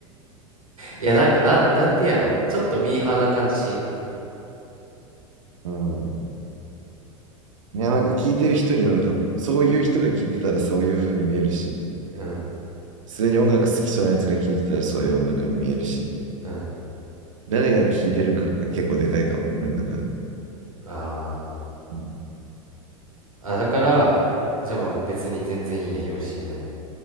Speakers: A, on the right; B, on the right.
A: いやなんかなん、なんてやろちょっとミーハーな感じしん
B: うん。いや、なんか聞いてる人によるかも。そういう人が聞いてたらそういう風に見えるし、
A: うん
B: 普通に音楽好きそうなやつが聞いてたらそういう音楽に見えるし、
A: うん
B: 誰が聞いてるかが結構でかいかも、俺の中では。
A: あ
B: うん。
A: ーあだからじゃあまあ別に全然いいんやよーしでも